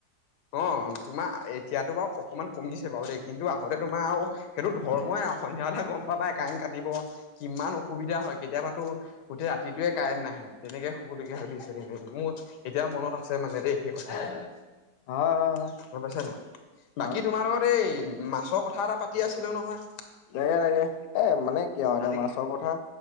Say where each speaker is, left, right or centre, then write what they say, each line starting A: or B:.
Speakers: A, on the left; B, on the left.
A: অ', তোমা এতিয়াতো বাৰু অকমান কমিছে বাৰু দেই, কিন্তু আগতে তোমাৰ আৰু সেইটো ধৰ্মই আওঁ সন্ধিয়া হ'লে গম পাবাই, কায়েন কাটিব। কিমান অসুবিধা হয়, কেতিয়াবাতো গোটেই ৰাতিটোয়ে কাৰেণ্ট নাহে। তেনেকে হোবলগীয়া হয়, বিচনী মাৰি মাৰি মোৰ এতিয়া মনত আছে মানে দেই সেই কথা <inaudible>
B: হ-হ‌ হয়।
A: <unintelligible> পাইছা নাই? বাকী
B: হয়
A: তোমাৰ লগত এই মাছৰ কথা এটা পাতি আছিলোঁ নহয়।
B: <unintelligible> <unintelligible> এ মানে কিয় আওঁ এতিয়া
A: আজি
B: মাছৰ কথা